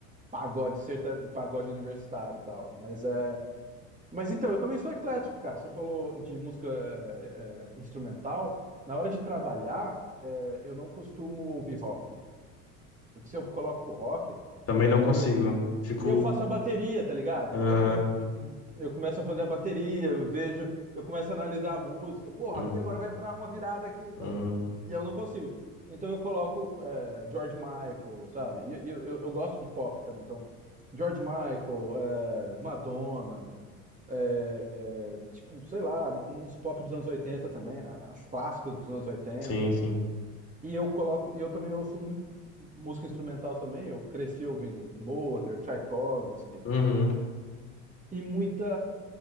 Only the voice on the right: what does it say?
pagode serta, pagode universitário e tal, mas é, mas então eu também sou eclético, cara. Você falou de música é, é, instrumental, na hora de trabalhar, é, eu não costumo ouvir rock, porque se eu coloco rock,
é,
eu,
eu faço a bateria, tá ligado?
Eu, eu, tipo, eu começo a fazer a bateria, eu vejo, eu começo a analisar a música. Porra,
aqui agora vai entrar uma virada aqui, tá?
E eu não consigo. Então eu coloco é, George Michael, sabe? E eu, eu, eu gosto de pop também, então George Michael, é, Madonna, é, tipo, sei lá, uns pop dos anos 80 também, a- as clássicas dos anos oitenta.
E eu coloco, e eu também ouço muito música instrumental também. Eu cresci ouvindo Mozart, Tchaikovsky
e muita